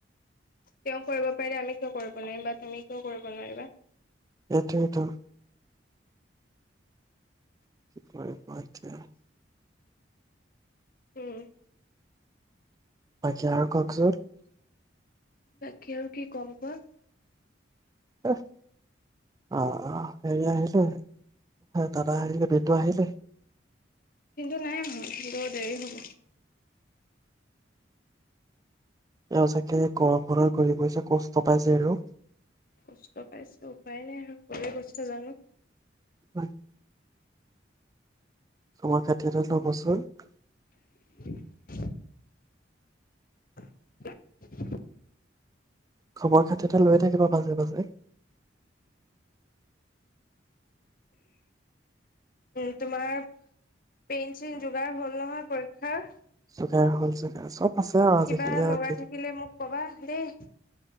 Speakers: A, on the left; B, on the right.
A: তেওঁ কৰিব পাৰিলে আমি কিয় কৰিব নোৱাৰিম বা তুমি কিয় কৰিব নোৱাৰিবা
B: সেইটোৱেইটো সাৰ পতিে <unintelligible>
A: উম
B: বাকী আৰু কওকচোন
A: বাকী আৰু কি কম কোৱা
B: অঁহ অ হেৰি আহিলে দাদা আহিলে বিন্দু আহিলে
A: বিন্দু নাই আহ বিন্দু দেৰি হ'ব
B: এওঁ চাগে গৰম খনত ঘূৰি ফুৰিছে কষ্ট পাইছে আৰু
A: কষ্ট পাইছে উপায় নাই আৰু কলৈ গৈছে জানো
B: হয় <unintelligible> মই খাতি এটা যবচোন <unintelligible>
A: <unintelligible> <unintelligible> <inaudible>
B: খবৰ খাতি এটা লৈ থাকিবা মাজে মাজে
A: উম তোমাৰ পেইন চেইন যোগাৰ হ'ল নহয় পৰীক্ষাৰ
B: যোগাৰ হল যোগাৰ চব আছে আৰু আজিকালি
A: কিবা
B: আৰু
A: লগা
B: কি
A: থাকিলে মোক কবা দেই।